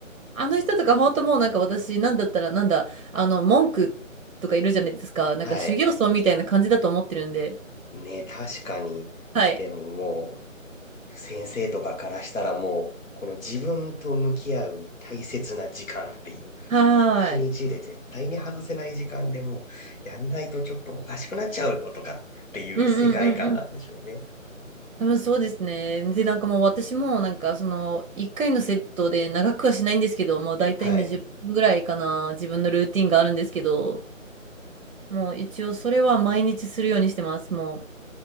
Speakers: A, on the right (about 90°); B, on the left (about 70°).
A: あの人とか本当もうなんか私なんだったらなんだあの文句とかいるじゃないですかなんか修行僧みたいな感じだと思ってるんで
B: はい。ね、確かに。
A: はい
B: でももう、先生とかからしたらもう、この自分と向き合う大切な時間っていう、
A: はーい
B: 一日で絶対に外せない時間でもう、やんないとちょっとおかしくなっちゃうよとかっていう世界観なんでしょうね。
A: うんうんうんうん多分そうですねでなんかもう私もなんかその1回のセットで長くはしないんですけどもう大体20分ぐらいかな自分のルーティンがあるんですけど
B: はい。
A: もう一応それは毎日するようにしてますもう